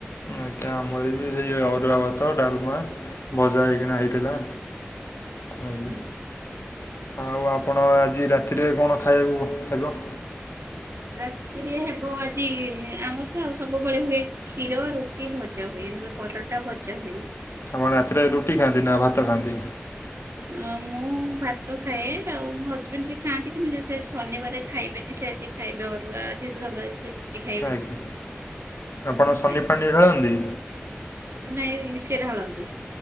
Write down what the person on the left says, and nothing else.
ଆଜ୍ଞା ଆମର ବି ସେଇ ଅରୁଆ ଭାତ ଡ଼ାଲମା ଭଜା ହେଇକିନା ହେଇଥିଲା। ଆଜ୍ଞା
ଆଉ ଆପଣ ଆଜି ରାତିରେ କଣ ଖାଇବାକୁ ହେବ?
ଆପଣ ରାତିରେ ରୁଟି ଖାଆନ୍ତି ନା ଭାତ ଖାଆନ୍ତି?
ଆଜ୍ଞା ଆପଣ ଶନି
ପାଣି ଢାଳନ୍ତି